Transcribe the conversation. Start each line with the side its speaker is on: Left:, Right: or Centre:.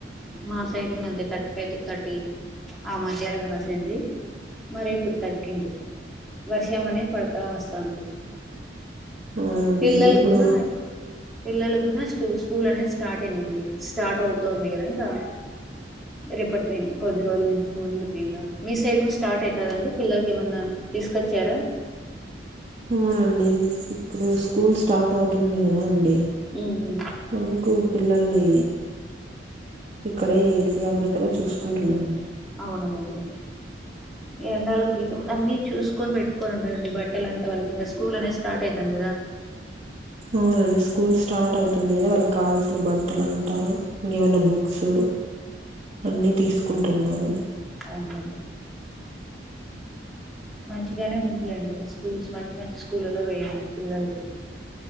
Centre: మా సైడ్ కూడా అంతే థర్టీ. ఫైవ్ టూ థర్టీ ఆహ్ మధ్యలో కాసింది మరి ఇప్పుడు తగ్గింది. వర్షం అనేది పడుతా వస్తది.
Right: అవునండి
Centre: పిల్లలగున్నా
Right: ఇప్పుడు
Centre: పిల్లలగున్నా స్కూ స్కూల్ అనేది స్టార్ట్. అంతేనండి స్టార్ట్ అవుతోంది కదా ఇంకా. రేపటి నుం కొద్ది రోజుల నుంచి ముందుకు ఇంకా మీ సైడ్ స్టార్ట్ అయితదాండి పిల్లలకి ఏమన్నా. తీసుకొచ్చారా.
Right: అవునండి ఇప్పుడు స్కూల్ స్టార్ట్ అవుతుంది కదా అండి.
Centre: ఉమ్, ఉమ్.
Right: అందుకు పిల్లలని. ఇక్కడే జాగ్రత్తగా చూసుకుంటున్నామండి.
Centre: అవునులేండి ఎండలకి అన్నీ చూసుకొని పెట్టుకొని ఉంటాఅండి బట్టలు అంటే వాళ్ళకి ఇంకా స్కూల్ అనేది స్టార్ట్ అయితుంది కదా.
Right: అవునండి స్కూల్ స్టార్ట్ అయితుంది కదా వాళ్ళకి కావల్సిన బట్టలు అంటా ఇంకేమైనా. బుక్స్ అన్ని తీసుకుంటున్నాను.
Centre: అవునండి. మంచిగానే ఉందిలేండి స్కూల్స్ మంచి మంచి స్కూలలో వేయమనండి పిల్లలకి.